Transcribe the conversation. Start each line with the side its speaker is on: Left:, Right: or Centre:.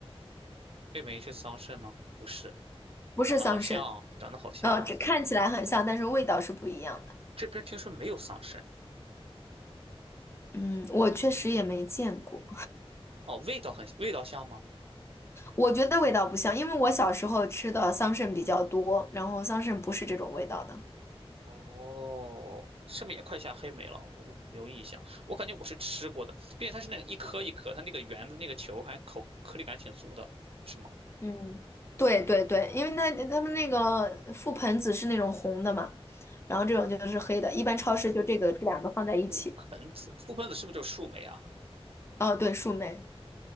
Right: 黑莓是桑葚吗？不是，
Left: 不是桑葚。
Right: 长得好像啊，长得好像啊。
Left: 呃，这看起来很像，但是味道是不一样的。
Right: 这边听说没有桑葚。
Left: 嗯，我确实也没见过。
Right: 哦，味道很，味道像吗？
Left: 我觉得味道不像，因为我小时候吃的桑葚比较多，然后桑葚不是这种味道的。
Right: 哦，是不是也快下黑莓了？我得留意一下。我感觉我是吃过的，并且它是那个一颗一颗，它那个圆的那个球还口颗粒感挺足的，是吗？
Left: 嗯，对对对，因为它他们那个覆盆子是那种红的嘛，然后这种就是黑的，一般超市就这个这两个放在一起。
Right: 覆盆子，覆盆子是不是就是树莓啊？
Left: 哦，对，树莓，